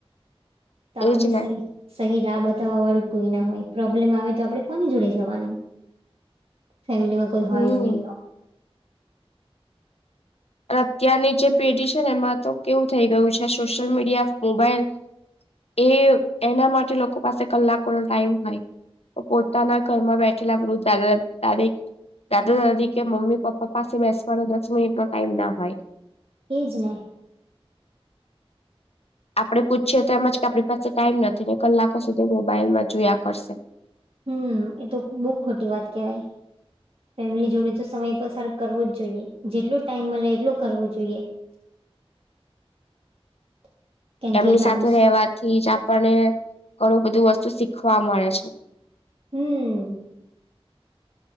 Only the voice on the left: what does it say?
એજ ને.
હમ.
અત્યારની જે પેઢી છે ને એમાં તો કેવું થઈ ગયું છે. સોશિયલ મીડિયા, મોબાઈલ એ એના માટે લોકો પાસે કલાકો નો ટાઈમ હોય. પણ પોતાના ઘરમાં બેઠેલા વૃદ્ધ દાદા, દાદી દાદા, દાદી કે મમ્મી, પપ્પા પાસે બેસવાનો દસ મિનિટ નો ટાઈમ ના હોય.
આપડે પૂછીએ તો એમજ કે આપણી પાસે ટાઈમ નથી ને કલાકો સુધી મોબાઈલમાં જોયા કરશે.
એમની સાથે
રહેવાથી જ આપણને ઘણું બધું વસ્તુ શીખવા મળે છે.